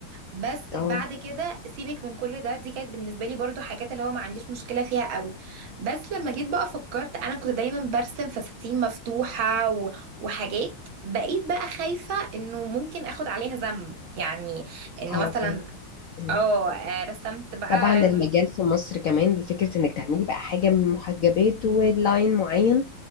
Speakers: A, on the right; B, on the left.
A: بس
B: اه
A: بعد كده سيبك من كل ده دي كانت بالنسبه لي برضو حاجات اللي هو ما عنديش مشكله فيها قوي بس لما جيت بقى فكرت انا كنت دايما برسم فساتين مفتوحه و... وحاجات بقيت بقى خايفه انه ممكن اخد عليها ذنب يعني انه
B: اه
A: مثلا
B: فاهم مم.
A: اه آه، رسمت بقى
B: طبعا المجال في مصر كمان لفكره انك تعملي بقى حاجه من محجبات ولاين معين